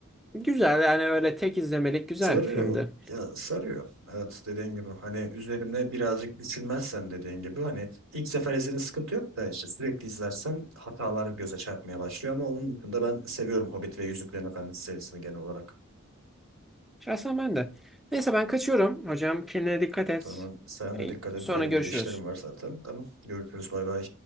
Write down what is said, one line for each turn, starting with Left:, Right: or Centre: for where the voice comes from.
Centre: güzel yani öyle tek izlemelik güzel
Right: Sarıyor.
Centre: bir filmdi.
Right: Ya sarıyor. Evet dediğin gibi hani üzerine birazcık düşünmezsen dediğin gibi hani ilk sefer izlediğin sıkıntı yok da işte sürekli izlersen hatalar göze çarpmaya başlıyor ama onun dışında ben seviyorum Hobbit ve Yüzüklerin Efendisi serisini genel olarak.
Centre: Şahsen ben de. Neyse ben kaçıyorum. Hocam kendine dikkat et.
Right: Tamam sen de dikkat et
Centre: Sonra
Right: benim
Centre: görüşürüz.
Right: de işlerim var zaten. Tamam görüşürüz bay bay.